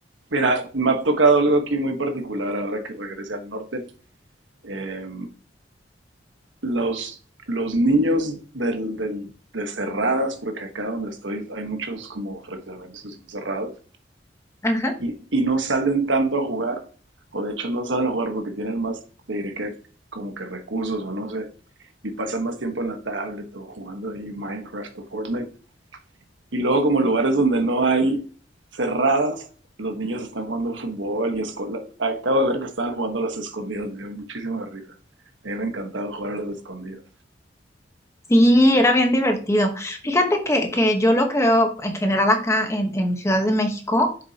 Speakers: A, on the right; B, on the left.
A: mira, me ha tocado algo aquí muy particular ahora que regresé al norte. Eh, los, los niños del, del- de cerradas, porque acá donde estoy hay muchos como fraccionamientos que son cerrados,
B: Ajá.
A: y, y no salen tanto a jugar, o de hecho no salen a jugar porque tienen más, te diré que como que recursos o no sé, y pasan más tiempo en la tablet o jugando ahí Minecraft o Fortnite. Y luego como lugares donde no hay cerradas, los niños están jugando fútbol y escola. Acabo de ver que estaban jugando a las escondidas, me dio muchísima risa. A mí me encantaba jugar a las escondidas.
B: Sí, era bien divertido. Fíjate que, que yo lo que veo en general acá en, en Ciudad de México,